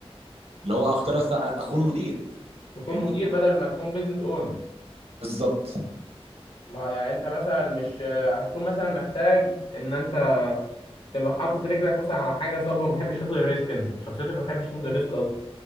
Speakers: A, on the right; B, on the left.
A: اللي هو اختار اصلا اكون مدير
B: تكون
A: فاهمني
B: مدير بدل ما تكون بيزنس اونر
A: بالظبط
B: ما هو يعني انت مثلا مش آه، هتكون مثلا محتاج ان انت تبقى حاطط رجلك مثلا على حاجه صلبه ما بتحبش تاخد الريسك انت شخصيتك ما بتحبش تاخد الريسك اصلا